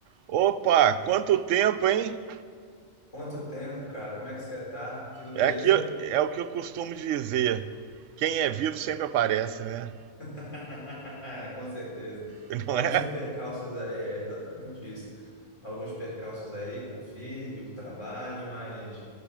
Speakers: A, on the right; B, on the left.
A: Opa, quanto tempo, hein?
B: Quanto tempo, cara? Como é que você tá? Tudo beleza?
A: É, aqui, é o que eu costumo dizer. Quem é vivo sempre aparece, né?
B: <laughs> Com certeza.
A: <laughs>
B: Alguns
A: Não é?
B: percalços aí, é exatamente isso. Alguns percalços aí com filho, trabalho, mas